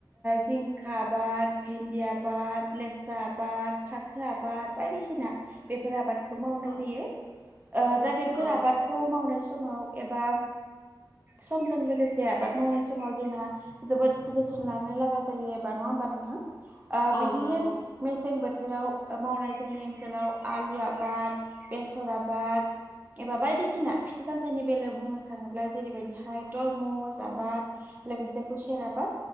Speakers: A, on the right; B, on the left.
A: जिंखा आबाद भेन्दि आबाद लेस्रा आबाद फाथो आबाद बाय बायदिसिना बेफोर आबादखौ मावनाय
B: औ
A: जायो दा बेफोर
B: औ
A: आबादखौ मावनाय समाव एबा समजों लोगोसे जे आबाद मावनाय समाव जोंहा जोबोद जोथोन लानो लागा जायो एबा नङा होमबा नोंथां। ओ बिदिनो
B: औ नंगौ
A: मेसें बोथोराव बोथोराव मावनाय जोंनि ओनसोलाव आलु आबाद बेसर आबाद एबा बायदिसिना फिथाइ सामथाइनि बेलायाव बुंनो थाङोब्ला जेरैबायदिहाय तरमुस आबाद लोगोसे खुसेर आबाद